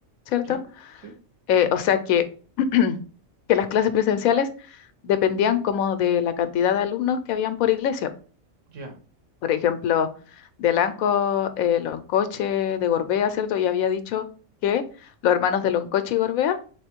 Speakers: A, on the left; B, on the right.
A: ¿cierto?
B: ya, sí,
A: Eh, o sea que, <clears throat> que las clases presenciales dependían como de la cantidad de alumnos que habían por iglesia.
B: ya,
A: Por ejemplo, de Lanco, eh, Loncoche, de Gorbea, ¿cierto? Y había dicho que los hermanos de Loncoche y Gorbea